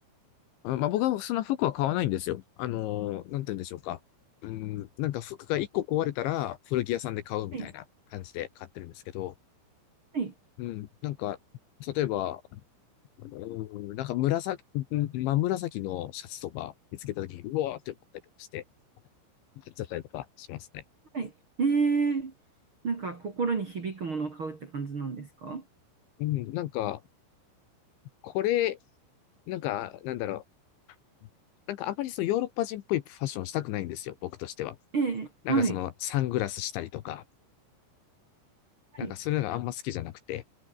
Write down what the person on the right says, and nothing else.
ええはい、はい、
はい。ええ、なんか心に響くものを買うって感じなんですか
ええ、
はい。はい。